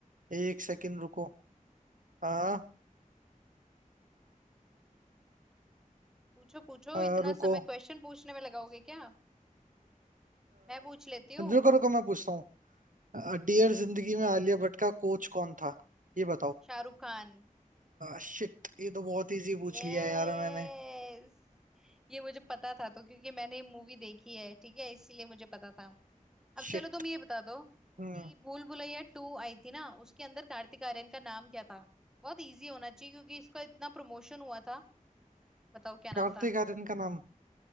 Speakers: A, on the right (about 70°); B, in the centre.
A: एक सेकंड
B: हम्म
A: रुको आ,
B: पूछो पूछो
A: आ,
B: इतना
A: रुको
B: समय
A: आ,
B: क्वेश्चन पूछने में लगाओगे क्या मैं पूछ लेती हूँ
A: रुको रुको मैं पूछता हूँ डियर जिंदगी में आलिया भट्ट का कोच कौन था ये बताओ
B: शाहरुख खान
A: शिट ये तो बहुत इजी
B: यस
A: पूछ लिया यार मैंने
B: ये मुझे पता था तो क्योंकि मैंने ये मूवी देखी है ठीक है इसीलिए मुझे पता था अब
A: शिट
B: चलो तुम ये बता दो
A: हम्म
B: कि भूल भुलैया टू आई थी ना उसके अंदर कार्तिक आर्यन का नाम क्या था बहुत इजी होना चाहिए क्योंकि इसका इतना प्रमोशन हुआ था बताओ क्या नाम
A: कार्तिक
B: था
A: आर्यन का नाम अ,